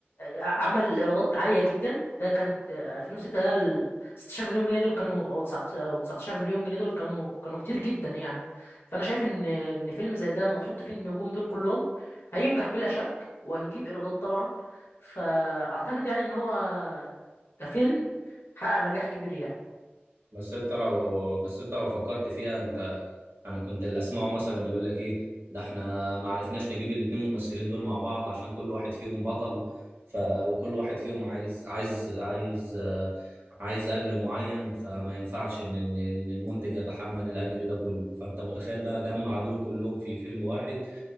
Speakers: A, on the left; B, on the right.
A: عمل ايرادات عاليه جدا ده كانت 2006 ده ال 16 مليون جنيه دول كانوا او 19 أو 19 مليون جنيه دول كانوا كانوا كتير جدا يعني فانا شايف ان ان فيلم زي ده اما تحط فيه النجوم دول كلهم هينجح بلا شك وهيجيب ايرادات طبعا فاعتقد يعني ان هو كفيلم حقق نجاح كبير يعني
B: بس انت لو بس انت لو فكرت فيها انت انا كنت اللي اسمعه مثلا يقول لك ايه ده احنا ما عرفناش نجيب الاتنين ممثلين دول مع بعض عشان كل واحد فيهم بطل ف... وكل واحد فيهم عايز عايز عايز آه، عايز اجر معين فما ينفعش ان ان إن المنتج يتحمل الاجر ده كله فانت متخيل بقى جمع دول كلهم في فيلم واحد